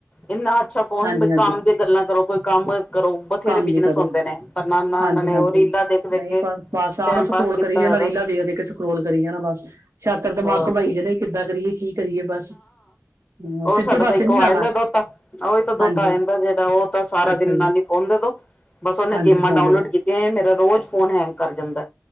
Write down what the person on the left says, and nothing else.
ਇੰਨਾ ਅੱਛਾ ਫੋਨ
ਵੀ
ਕੰਮ ਦੀਆਂ ਗੱਲਾਂ ਕਰੋ, ਕੋਈ ਕੰਮ ਕਰੋ। ਬਥੇਰੇ
ਬਿਜਨਸ
ਹੁੰਦੇ ਨੇ, ਪਰ ਨਾ-ਨਾ
ਇਹਨਾਂ ਨੇ
ਉਹ ਰੀਲਾਾਂ ਦੇਖ ਦੇਖ
ਕੇ
ਟੈਮ
ਪਾਸ ਕੀਤਾ
ਹੋਇਐ
ਬਸ।
ਹੋਰ
ਉਹਰ
ਸਾਡਾ
ਤਾਂ ਇੱਕੋ
ਆ
ਜਾਂਦਾ ਦੋਤਾ, ਉਹੀ ਤਾਂ ਦੋਤਾ
ਆ ਜਾਂਦਾ ਜਿਹੜਾ ਉਹ ਤਾਂ ਸਾਰਾ
ਦਿਨ
ਨਾਨੀ ਫੋਨ ਦੇ ਦੋ ਬਸ ਉਹਨੇ
ਗੇਮਾਂ
ਡਾਊਨਲੋਡ
ਕੀਤੀਆਂ ਮੇਰਾ ਰੋਜ਼ ਫੋਨ ਹੈਂਗ ਕਰ ਜਾਂਦੈ।